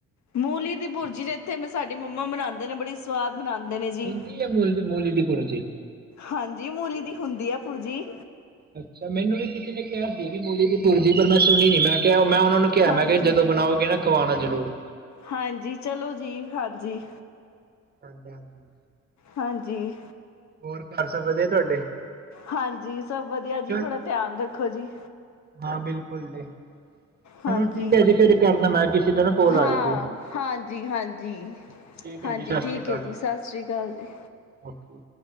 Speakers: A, on the left; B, on the right.
A: ਮੂਲੀ ਦੀ ਭੁਰਜੀ ਦੇ ਇੱਥੇ ਮ ਸਾਡੀ ਮੰਮਾ ਬਨਾਦੇ ਨੇ ਬੜੀ ਸਵਾਦ ਬਣਾਦੇ ਨੇ ਜੀ।
B: ਹੁੰਦੀ ਹੈ ਮੂਲੀ ਮੂਲੀ ਦੀ ਭੁਰਜੀ
A: ਹਾਂਜੀ, ਮੂਲੀ ਦੀ ਹੁੰਦੀ ਆ ਭੁਰਜੀ।
B: ਅੱਛਾ ਮੈਨੂੰ ਵੀ ਕਿਸੇ ਨੇ ਕਿਹਾ ਸੀਗੀ ਕੀ, ਮੂਲੀ ਦੀ ਭੁਰਜੀ ਪਰ ਮੈਂ, ਸੁਣੀ ਨੀ, ਮੈਂ ਕਿਹਾ ਮੈਂ ਉਹਨਾਂ ਨੂੰ ਕਿਹਾ,
A: ਹਾਂਜੀ
B: ਮੈਂ ਕਿਹਾ ਜਦੋਂ ਬਣਾਓਗੇ ਨਾ ਖਵਾਣਾ ਜ਼ਰੂਰ।
A: ਹਾਂਜੀ, ਚਲੋ ਜੀ ਹਾਂਜੀ,
B: ਹਾਂਜੀ, ਹਾਂਜੀ,
A: ਹਾਂਜੀ
B: ਹੋਰ, ਘਰ ਸਭ ਵਧੀਆ ਤੁਹਾਡੇ?
A: ਹਾਂਜੀ, ਸਭ ਵਧੀਆ ਜੀ,
B: ਚਲ
A: ਥੋੜ੍ਹਾ ਧਿਆਨ ਰੱਖੋ ਜੀ।
B: ਹਾਂ, ਬਿਲਕੁਲ ਜੀ।
A: ਹਾਂਜੀ,
B: ਚਲੋ ਠੀਕ ਹੈ ਜੀ ਫਿਰ ਕਰਦਾ ਮੈਂ ਕਿਸੇ ਦਾ ਨਾ ਕੋਲ
A: ਹਾਂ
B: ਆ ਰਹੀ ਸੀ
A: ਹਾਂਜੀ-ਹਾਂਜੀ।
B: ਠੀਕ ਹੈ
A: ਹਾਂਜੀ,
B: ਜੀ ਸਤਿ
A: ਠੀਕ
B: ਸ਼੍ਰੀ ਅਕਾਲ
A: ਏ ਜੀ, ਸਤਿ ਸ੍ਰੀ ਅਕਾਲ ਜੀ।
B: ਓਕੇ